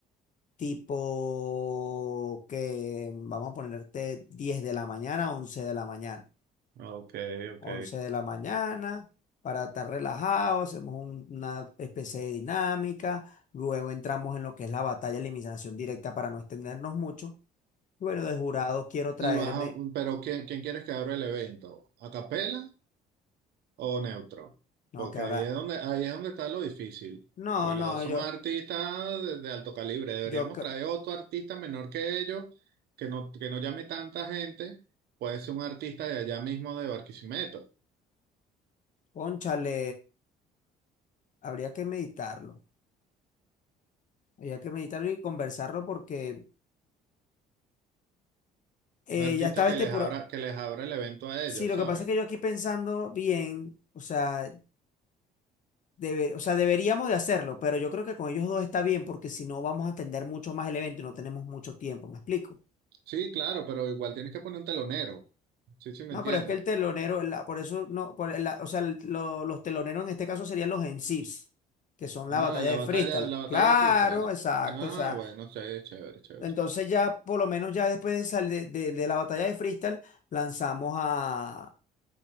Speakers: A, on the left; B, on the right.
A: tipo que vamos a ponerte 10 de la mañana, 11 de la mañana.
B: Ok, ok.
A: 11 de la mañana, para estar relajados, hacemos un- una especie de dinámica, luego entramos en lo que es la batalla de eliminación directa para no extendernos mucho. Y Bueno, de jurado quiero traerme,
B: Y vas a- pero ¿quién, quién quieres que abra el evento? ¿A capela o neutro?
A: no,
B: Porque
A: que habrá,
B: ahí es donde, ahí es donde está lo difícil.
A: no,
B: Pues
A: no,
B: los dos son
A: yo,
B: artistas de, de alto calibre. Deberíamos
A: yo, cre-
B: traer otro artista menor que ellos, que no, que no llame tanta gente. Puede ser un artista de allá mismo de Barquisimeto.
A: cónchale, habría que meditarlo, habría que meditarlo y conversarlo porque eh,
B: Un artista
A: ya estaba este
B: que les
A: puro,
B: abra, que les abra el evento a ellos,
A: sí, lo
B: ¿sabes?
A: que pasa es que yo aquí pensando bien, o sea, Debe- o sea, deberíamos de hacerlo, pero yo creo que con ellos dos está bien porque si no vamos a atender mucho más el evento y no tenemos mucho tiempo, ¿me explico?
B: Sí, claro, pero igual tienes que poner un telonero. Sí, sí, me
A: No,
B: entiendes.
A: pero es que el telonero, la- por eso no, por la- o sea, el- lo- los teloneros en este caso serían los MCs, que son
B: Ah,
A: la batalla
B: la
A: de
B: batalla,
A: freestyle.
B: la batalla
A: Claro,
B: del freestyle.
A: exacto,
B: Ah,
A: o sea,
B: bueno, sí, chévere, chévere.
A: entonces ya por lo menos ya después de, sal- de, de- de la batalla de freestyle lanzamos a,